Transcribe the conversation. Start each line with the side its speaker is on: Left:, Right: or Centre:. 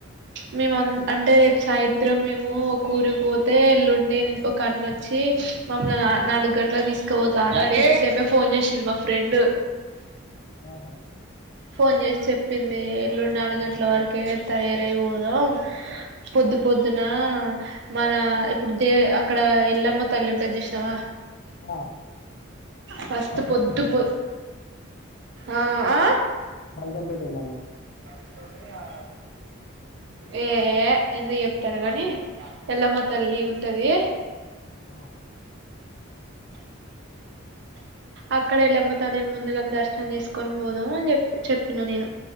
Right: మేము అంటే రేపు సాయంత్రం మేము ఒక ఊరికి పోతే ఎల్లుండి ఒక అన్నొచ్చి, ఇ మమ్మల్ని నాలుగు గంటలకు తీసుకపోతానునేసేపే ఫోన్ చేసింది మా ఫ్రెండ్.
Left: ఆ
Right: ఫోన్ చేసి చెప్పింది. ఎల్లుండు నాలుగు గంటల వరకే తయారయిపోదాం. పొద్దు పొద్దు పొద్దున మన ఇప్పుడు దే అక్కడ ఎల్లమ్మ తల్లి ఉంటుది చూసినావా
Left: ఆ
Right: ఫస్ట్
Left: బల్కంపేట
Right: పొద్దు
Left: వెళ్ళాము
Right: పొ ఆ ఆ
Left: బాల్కం పెటేల్లమ్మ
Right: ప ఆ ఏ ఎందుకు చెప్తారు గాని ఎల్లమ్మ తల్లి ఉంటది
Left: ఆ
Right: అక్కడ వెళ్ళమ్మ తళ్ళిని ముందుగలి దర్శనం చేసుకొని పోదాము అని చెప్ చెప్పిన నేను